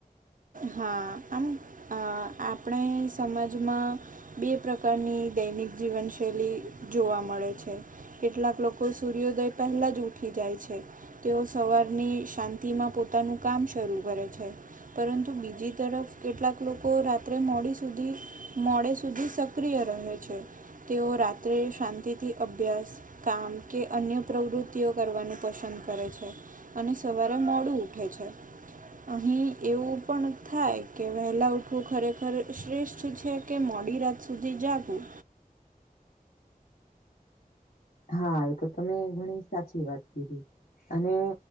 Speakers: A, on the right; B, on the left.
A: હા, આમ આપણે સમાજમાં.. બે પ્રકારની દૈનિક જીવનશૈલી જોવા મળે છે. કેટલાક લોકો સૂર્યોદય પહેલા ઉઠી જાય છે. તેઓ સવારની શાંતિમાં પોતાનું કામ શરૂ કરે છે પરુ.. બીજી તરફ કેટલાક લોકો રાત્રે મોડી સુધી.. મોડે સુધી સક્રિય રહે છે તેઓ રાત્રે શાંતિથી અભ્યાસ.. કામ કે અન્ય પ્રવૃત્તિઓ કરવાનું પસંદ કરે છે. અને સવારે મોડું ઉઠે છે અહી એવું.. પણ થાય કે વહેલા ઉઠવું ખરેખર શ્રેષ્ઠ છે કે મોડી રાત સુધી જાગું?
B: હા, એ તો તમે ઘણી સાચી વાત કીધી અને..